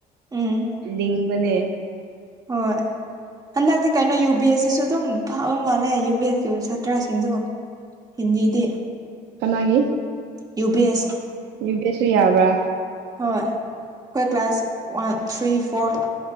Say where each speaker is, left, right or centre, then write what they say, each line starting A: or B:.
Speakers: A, on the right (about 20°); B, on the right (about 85°).
A: ꯎꯝ
B: ꯂꯤꯡꯕꯅꯦ
A: ꯍꯣꯏ ꯍꯟꯗꯛꯇꯤ ꯀꯩꯅꯣ ꯌꯨ ꯕꯤ ꯑꯦꯁ ꯁꯤꯁꯨ ꯗꯨꯝ ꯐꯥꯕ ꯃꯥꯜꯂꯦ ꯌꯨ ꯕꯤ ꯑꯦꯁꯀꯤ ꯁꯥꯇ꯭ꯔꯥꯁꯤꯡꯗꯣ ꯍꯤꯟꯗꯤꯗꯤ
B: ꯀꯅꯥꯒꯤ
A: ꯌꯨ ꯕꯤ ꯑꯦꯁ
B: ꯌꯨꯕꯤ ꯑꯦꯁ ꯁꯨ ꯌꯥꯕ꯭ꯔꯥ
A: ꯍꯣꯏ ꯑꯩꯈꯣꯏ ꯀ꯭ꯂꯥꯁ ꯋꯥꯟ ꯊ꯭ꯔꯤ ꯐꯣꯔ